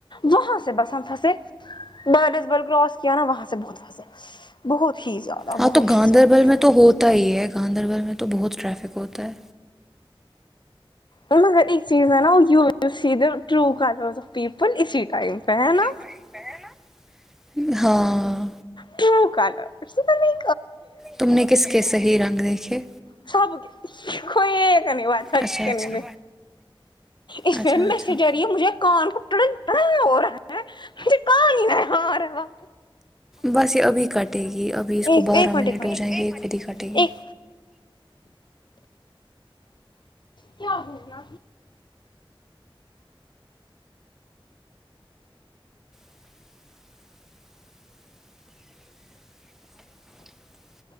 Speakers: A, on the left (about 55°); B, in the centre.
A: وہاں سے بس ہم پھنسے <unintelligible> ڈس بل کراس کیا نا وہاں سے بہت پھنسے بہت ہی زیادہ
B: ہاں
A: بہت
B: تو گاندربل
A: ہی زیادہ
B: میں تو ہوتا ہی ہے گاندربل میں تو بہت ٹریفک ہوتا ہے
A: مگر ایک چیز ہے نا you see the true <unintelligible> people اسی ٹائم پہ ہے نا
B: ہاں
A: ٹرو کالا <unintelligible> نہیں
B: تم نے کس کے صحیح رنگ دیکھے
A: سب کوئی ایک نہیں بچا
B: اچھا
A: جس کے
B: اچھا
A: نہیں اس
B: اچھا
A: فم
B: اچھا
A: میں سے جریعے مجھے کان <unintelligible> کٹناٹنا ہو رہا ہے مجک رہ ہار ہے واں
B: بس یہ ابھی کٹے گی ابھی اس
A: ایک
B: کو بارہ
A: ایک
B: منٹ
A: ایک
B: ہو
A: ایک
B: جائیں گے یہ خود ہی کٹے گی
A: ایک کیا ہو گیا
B: <inaudible>